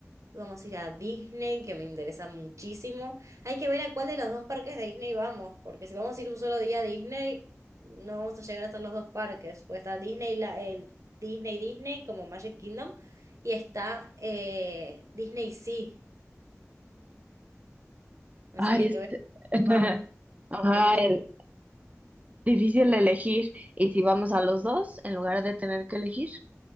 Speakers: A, on the right; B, on the right.
A: Vamos a ir a Disney, que me interesa muchísimo. Hay que ver a cuál de los dos parques de Disney vamos, porque si vamos a ir un solo día a Disney, no vamos a llegar a hacer los dos parques. Pues está Disney, la, el Disney Disney, como Magic Kingdom, y está eh, Disney Sea. Así
B: Ay,
A: que hay
B: este...
A: que ver a
B: <laughs>
A: cuál vamos.
B: Ajá,
A: Hay dos.
B: el- difícil elegir. ¿Y si vamos a los dos en lugar de tener que elegir?